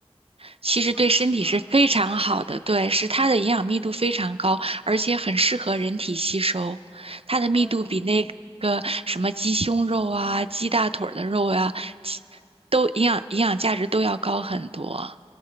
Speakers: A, on the right; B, on the left.
A: 其实对身体是非常好的，
B: 啊，是吗？
A: 对，是它的营养密度非常高，而且很适合人体吸收。它的密度比那个什么鸡胸肉啊、
B: 哦，
A: 鸡大腿儿的肉呀、鸡都营养营养价值都要高很多